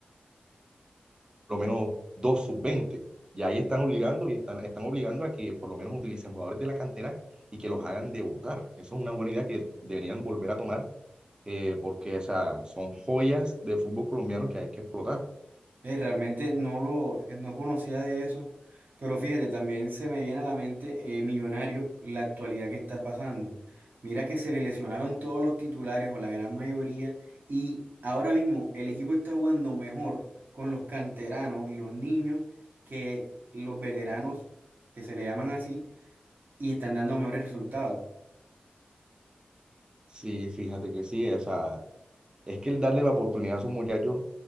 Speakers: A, on the right (about 25°); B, on the right (about 65°).
A: lo menos dos sub veinte Y ahí están obligando y están, están obligando a que por lo menos utilicen jugadores de la cantera y que los hagan debutar. Eso es una buena idea que deberían volver a tomar, eh, porque o sea, son joyas de fútbol colombiano que hay que explotar.
B: Eh, realmente no lo, eh, no conocía de eso, pero fíjate, también se me viene a la mente eh, Millonario y la actualidad que está pasando. Mira que se le lesionaron todos los titulares o la gran mayoría y ahora mismo el equipo está jugando mejor con los canteranos y los niños que los veteranos, que se le llaman así, y están dando mejores resultados.
A: Sí, fíjate que sí, o sea, es que el darle la oportunidad a esos muchachos